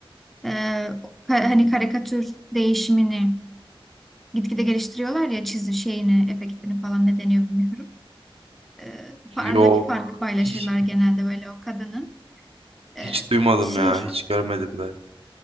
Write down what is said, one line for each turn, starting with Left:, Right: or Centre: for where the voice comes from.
Centre: Ee, ka- hani karikatür değişimini gitgide geliştiriyorlar ya çizim şeyini, efektini falan ne deniyor bilmiyorum. Ee, aradaki
Right: Yok.
Centre: farkı paylaşırlar
Right: Hiç,
Centre: genelde böyle o kadının.
Right: hiç
Centre: Ee,
Right: duymadım
Centre: şey
Right: ya. Hiç görmedim de.